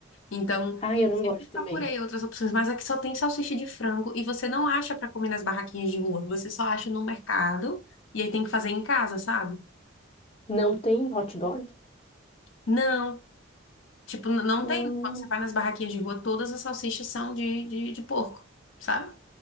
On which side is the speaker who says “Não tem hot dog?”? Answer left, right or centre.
Left